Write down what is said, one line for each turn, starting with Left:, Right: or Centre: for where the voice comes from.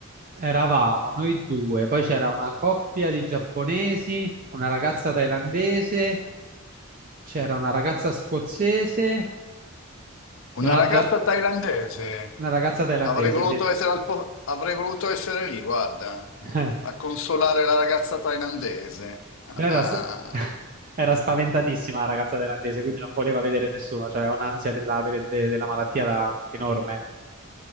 Right: eravamo noi due, poi c'era una coppia di giapponesi, una ragazza thailandese, c'era una ragazza scozzese
Left: Una
Right: e un'altra
Left: ragazza thailandese.
Right: Una ragazza thailandese,
Left: Avrei voluto
Right: sì.
Left: essere al po- avrei voluto essere lì, guarda,
Right: <laughs>
Left: a consolare la ragazza thailandese. Ah.
Right: Però era, sp- <laughs> era spaventatissima la ragazza thailandese, quindi non voleva vedere nessuno, cioè aveva un'ansia della, de- de- della malattia da- enorme.